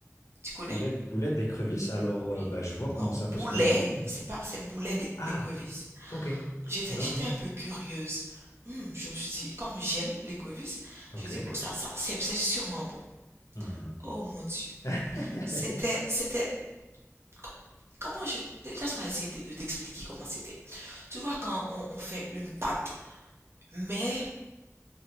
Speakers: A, on the right; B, on the left.
A: Tu connais?
B: Boulette, boulette d'écrevisse. Alors,
A: Oui.
B: euh, bah, je vois comment
A: Non,
B: ça
A: boulet,
B: peut se présenter. mais-
A: c'est pas, c'est boulet d'é-
B: Ah,
A: d'écrevisse.
B: ok.
A: J'étais,
B: Non,
A: j'étais
B: non.
A: un peu curieuse. Hmm, je me suis dit, comme j'aime l'écrevisse,
B: Ok.
A: je dis, bon, ça, ça, c'est, c'est sûrement bon.
B: Hmm.
A: Oh mon Dieu.
B: <laughs>
A: C'était, c'était, co- comment je, laisse-moi essayer de, de t'expliquer comment c'était. Tu vois, quand on, on fait une pâte, mais,